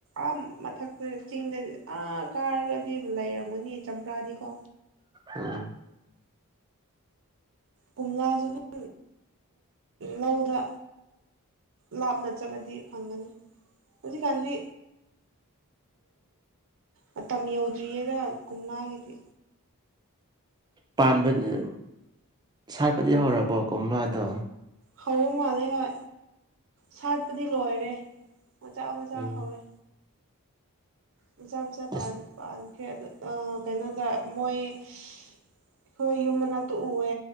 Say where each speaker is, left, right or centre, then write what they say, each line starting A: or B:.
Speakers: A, on the right (about 60°); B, on the right (about 20°).
A: ꯑꯥ ꯃꯊꯛꯇ ꯆꯤꯡꯗꯗꯤ ꯑꯥ ꯀꯥꯔꯒꯗꯤ ꯂꯩꯔꯝꯒꯅꯤ ꯆꯝꯄ꯭ꯔꯥꯗꯤꯀꯣ
B: ꯎꯝ
A: ꯀꯣꯝꯂꯥꯁꯨ ꯑꯗꯨꯝ ꯂꯧꯗ ꯂꯥꯞꯅ ꯆꯠꯂꯗꯤ ꯐꯪꯒꯅꯤ ꯍꯧꯖꯤꯛꯀꯥꯟꯗꯤ ꯃꯇꯝ ꯎꯝ ꯌꯧꯗ꯭ꯔꯤꯌꯦꯗ ꯀꯣꯝꯂꯥꯒꯤꯗꯤ
B: ꯄꯥꯟꯕꯅꯦ ꯁꯥꯥꯠꯄꯗꯤ ꯍꯧꯔꯕꯣ ꯀꯣꯝꯂꯥꯗꯣ
A: ꯍꯧꯕ ꯃꯥꯜꯂꯦ ꯍꯣꯏ ꯁꯥꯠꯄꯗꯤ ꯂꯣꯏꯔꯦ ꯃꯆꯥꯥ ꯃꯆꯥ
B: ꯎꯝ
A: ꯍꯧꯔꯦ ꯃꯆꯥ ꯃꯆꯥ ꯄꯥꯟ
B: ꯑꯁ
A: ꯄꯥꯟ ꯈꯔꯦ ꯑꯗꯨ ꯑꯥ ꯀꯩꯅꯣꯗ ꯃꯣꯏ ꯑꯩꯈꯣꯏ ꯌꯨꯝ ꯃꯅꯥꯛꯇ ꯎꯋꯦ